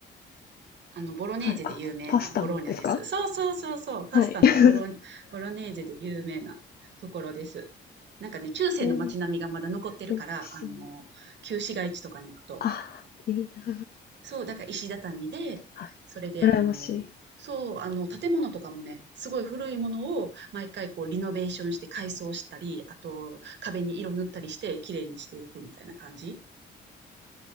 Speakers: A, on the right (about 65°); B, on the left (about 50°).
A: あの、ボロネーゼで有名なボローニャです。
B: はい、あ、パスタのですか？
A: そうそうそうそう。パスタのボロ、
B: はい。<laughs>
A: ボロネーゼで有名なところです。なんかね、中世の街並みがまだ残ってるから、
B: ね、ね、美味しそう。
A: あの、旧市街地とかに行くと
B: ああ、いいな。
A: そう、だから石畳で、
B: はい。
A: それであの、
B: 羨ましい。
A: そう、あの、建物とかもね、すごい古いものを毎回こうリノベーションして改装したり、あと壁に色塗ったりして綺麗にしていくみたいな感じ。